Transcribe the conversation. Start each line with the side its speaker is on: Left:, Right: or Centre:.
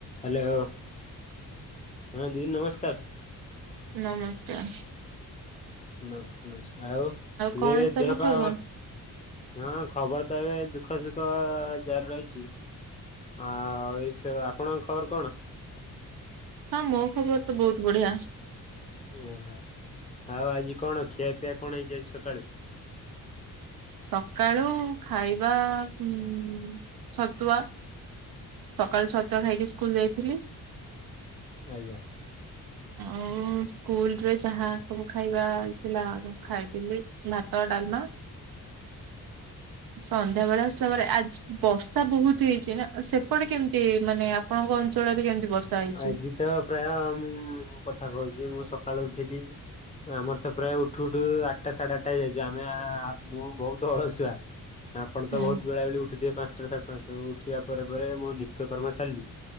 Left: Hello ହଁ ଦିଦି ନମସ୍କାର।
Right: ନମସ୍କାର।
Left: ନମସ୍କାର ନମସ୍କାର ଆଉ
Right: କଣ
Left: ଦିଦି
Right: ସବୁ
Left: ଦେହ ପା
Right: ଖବର
Left: ଭଲ ହଁ ଖବର ତ ଏବେ ଦୁଃଖ ସୁଖ ଜାରି ରହିଛି। ହଁ ଏଇ ସେ ଆପଣଙ୍କ ଖବର କଣ?
Right: ହଁ ମୋ ଖବର ତ ବହୁତ ବଢିଆ।
Left: ଓହୋ ଆଉ ଆଜି କଣ ଖିଆପିଆ କଣ ହେଇଛି ଆଜି ସକାଳୁ?
Right: ସକାଳୁ ଖାଇବା ଉ ଛତୁଆ। ସକାଳୁ ଛତୁଆ ଖାଇକି ସ୍କୁଲ ଯାଇଥିଲି।
Left: ଆଜ୍ଞା।
Right: ଆଉ ସ୍କୁଲ ରେ ଯାହା ସବୁ ଖାଇବା ଥିଲା ଖାଇଥିଲି। ଭାତ ଡାଲମା। ସନ୍ଧ୍ୟା ବେଳେ ଆସିଲା ପରେ ଆଜି ବର୍ଷା ବହୁତ ହେଇଛି ନା ସେପଟେ କେମିତି ମାନେ ଆପ ଆପଣଙ୍କ ଅଞ୍ଚଳରେ କେମିତି ବର୍ଷା ହେଇଛି?
Left: ଆଜି ତ ପ୍ରାୟ ମୁଁ କଥା କହୁଛି ମୁଁ ସକାଳୁ ଉଠିଲି ଆମର ତ ପ୍ରାୟ ଉଠୁ ଉଠୁ ଆଠଟା ସାଢେ ଆଠଟା ହେଇଯାଇଛୁ ଆମେ ମୁଁ ବହୁତ ଅଳସୁଆ। ଆପଣ ତ
Right: ହୁଁ
Left: ବହୁତ ବେଳା ବେଳି ଉଠିଥିବେ ପାଞ୍ଚଟାରୁ ସାଢେ ପାଞ୍ଚଟା ଉଠିବା ପରେ ମୁଁ ନିତ୍ୟ କର୍ମ ସାରିଲି।